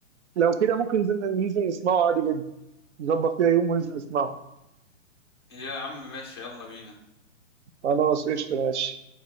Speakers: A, on the right; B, on the left.
A: لو كده ممكن ننزل ننزل نسمعه عادي جدا نظبط كده يوم وننزل نسمعه
B: يا عم ماشي يلا بينا
A: خلاص قشطة ماشي